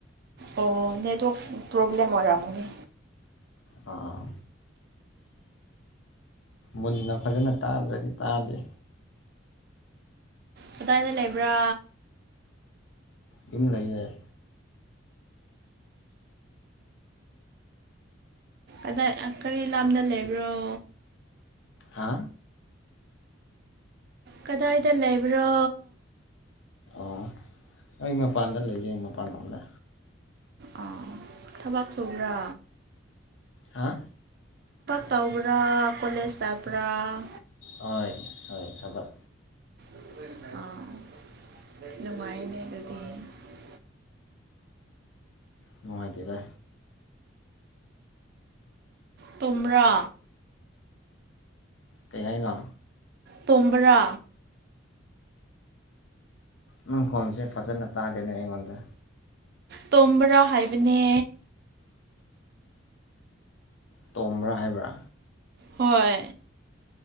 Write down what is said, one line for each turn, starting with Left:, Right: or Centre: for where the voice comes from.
Right: ꯑꯣ ꯅꯦꯠꯋꯥꯔꯛ ꯄꯣꯕ꯭ꯂꯂꯦꯝ ꯑꯣꯏꯔꯕꯅꯤ
Left: ꯑ ꯃꯨꯟꯅ ꯐꯖꯅ ꯇꯥꯗ꯭ꯔꯗꯤ ꯇꯥꯗꯦ
Right: ꯀꯗꯥꯏꯗ ꯂꯩꯕ꯭ꯔꯥ
Left: ꯌꯨꯝ ꯂꯩꯩꯉꯦ
Right: ꯑꯗꯥ ꯑ ꯀꯔꯤ ꯂꯥꯝꯗ ꯂꯩꯕ꯭ꯔꯣ
Left: ꯍꯥ
Right: ꯀꯗꯥꯏꯗ ꯂꯩꯕ꯭ꯔꯣ
Left: ꯑꯣ ꯑꯩ ꯃꯄꯥꯟꯗ ꯂꯩꯌꯦ ꯃꯄꯥꯟ ꯂꯝꯗ
Right: ꯑꯥ ꯊꯕꯛ ꯁꯨꯧꯕ꯭ꯔꯥ
Left: ꯍꯥ
Right: ꯇꯧꯕ꯭ꯔꯥ ꯀꯣꯂꯦꯖ ꯆꯠꯕ꯭ꯔꯥ
Left: ꯍꯣꯏ ꯍꯣꯏ ꯊꯕꯛ
Right: ꯑꯥ ꯅꯨꯡꯉꯥꯏꯅꯦꯅ ꯑꯗꯗꯤ
Left: ꯅꯨꯡꯉꯥꯏꯇꯦꯗ
Right: ꯇꯨꯝꯕꯔ
Left: ꯀꯩ ꯍꯥꯏꯅꯣ
Right: ꯇꯨꯝꯕ꯭ꯔꯥ
Left: ꯅꯪ ꯐꯣꯟꯁꯦ ꯐꯖꯅ ꯇꯥꯗꯦꯅꯦ ꯑꯩꯉꯣꯟꯗ
Right: ꯇꯨꯝꯕꯔꯥ ꯍꯥꯏꯕꯅꯦ
Left: ꯇꯣꯝꯕ꯭ꯔꯥ ꯍꯥꯏꯕ꯭ꯔꯥ
Right: ꯍꯣꯏ